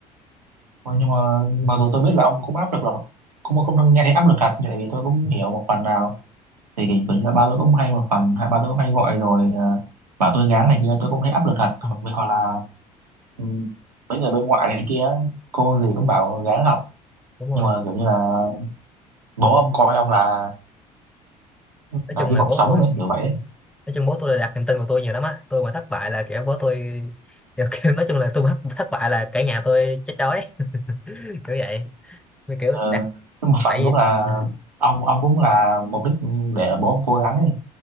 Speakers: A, on the right; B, in the centre.
A: Ôi, nhưng mà
B: Ừ,
A: mặc dù tôi biết là ông cũng áp lực là cũng cũng nghe thấy áp lực thật nhưng tại vì tôi cũng
B: ừ,
A: hiểu một phần nào thì kiểu kiểu như là ba tôi cũng hay một phần hai ba tôi cũng hay gọi
B: ừ,
A: rồi ờ, bảo tôi gắng này kia tôi cũng thấy áp lực thật hoặc
B: ừ,
A: hoặc là ừ, mấy người bên ngoại này kia cô gì cũng bảo gắng học
B: đúng
A: nhưng
B: rồi
A: mà kiểu như là bố ông coi ông là
B: nói
A: là
B: chung
A: hy
B: là
A: vọng
B: bố
A: sống
B: tôi
A: đấy kiểu vậy ấy.
B: nói chung bố tôi là đặt niềm tin vào tôi nhiều lắm á tôi mà thất bại là kiểu bố tôi kiểu, kiểu nói chung là tôi mà thất thất bại là cả nhà tôi chết đói <laughs> kiểu vậy Như kiểu
A: ờ,
B: đặt
A: nhưng mà phần
B: tại vì
A: cũng là
B: ừ,
A: ông ông cũng là mục đích để bố ông cố gắng ấy